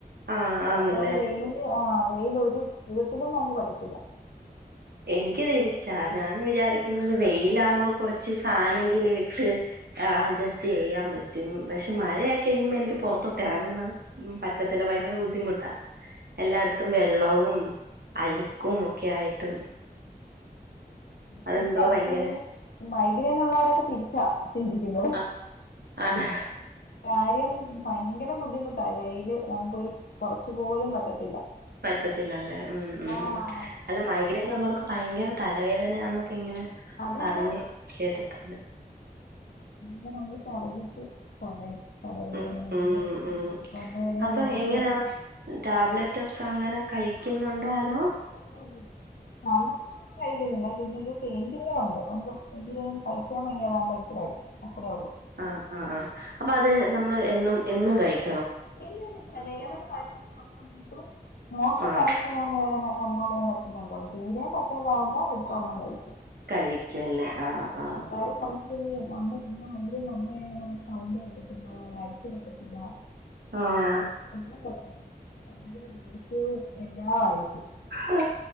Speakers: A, on the right; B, on the left.
A: ആഹ് ആണല്ലേ
B: അപ്പം വെയിൽ ആഹ വെയില ഒരു തരത്തിലും നമുക്ക് പറ്റില്ല
A: എനിക്ക് തിരിച്ചാ ഞാൻ വിചാരിക്കുന്നത് വെയില ആകുമ്പോ കുറച്ച് ഫാനെങ്കിലും ഇട്ട് അഡ്ജസ്റ്റ് ചെയ്യാൻ പറ്റും പക്ഷെ മഴ ആായിക്കഴിയുമ്പോ എനിക്ക് പുറത്തോട്ട് ഇറങ്ങുന്നത് ഉ പറ്റത്തില്ല ഭയങ്കര ബുദ്ധിമുട്ടാ എല്ലായിടത്തും വെള്ളവും അഴുക്കും ഒക്കെ ആയിട്ട് അതെന്തോ
B: ശരിയാവാ
A: ഭയങ്കര
B: പക്ഷെ ഈ മൈഗ്രേൻ ഉള്ളവരൊക്കെ തിരിച്ചാ ചിന്തിക്കുന്നത്
A: ആ ആണ്
B: കാര്യം ഭയങ്കര ബുദ്ധിമുട്ടായി വെയില് നമുക്കൊരു കുറച്ചു പോലും പറ്റത്തില്ല
A: പറ്റത്തില്ലല്ലേ ഉം ഉ
B: ആഹ്
A: ഉ അല്ല മൈഗ്രൈൻ ഉള്ളവർക്ക് ഭയങ്കര തലവേദനയാന്നൊക്കെ ഇങ്ങനെ
B: അത
A: പറഞ്ഞ്
B: അ
A: കേട്ടിട്ടുണ്ട്
B: നമ്മള് ചടകിട്ട് കടയില്‍
A: ഉം
B: നിന്ന്
A: ഉം ഉം
B: വന്നു കഴിഞ്ഞാൽ
A: അപ്പൊ
B: ലൈറ്റ്
A: എങ്ങനാ
B: ഓഫ് ചെയ്തു
A: ടാബ്ലറ്റ് ഒക്കെ അങ്ങനെ കഴിക്കുന്നുണ്ടോ അതോ
B: <unintelligible> കൈകണ്ട് പിന്നരു പെയിൻ കില്ലർ ഉണ്ട് നക്ക് ഇ സഹി ക്കാൻ വയ്യാ താവുമ്പം എടുത്ത് കഴിക്കും അത്രേള്ളു
A: ആഹ ആ് ആ് അപ്പൊ അത് നമ്മള് എന്നും എന്നും കഴിക്കും
B: ഇല്ല ഇല്ല ഇല്ല വേദന വരുമ്പം കഴിക്കും നോക്ക്
A: ആഹ്
B: പൈസക വേദന കണ്ട്രോൾ ചെയ്യാൻ പറ്റുന്നുണ്ടോ തീരയാൻ പറ്റാതാവുമ്പോ എടുത്തോരെണ്ണം കഴിക്കും
A: കഴിക്കുംല്ലേ ആഹ് ആഹ
B: കാര്യം നമുക്ക് മൈഗ്രേൻ വന്നു കഴിഞ്ഞാ പിന്നെ സൗണ്ട് പറ്റത്തില്ല ലൈറ്റ് പറ്റത്തില്ല
A: ആഹ
B: ാ പറ്റില്ല ഭയങ്കര ദേഷ്യവും എല്ലാം ആയിരിക്കും
A: ആ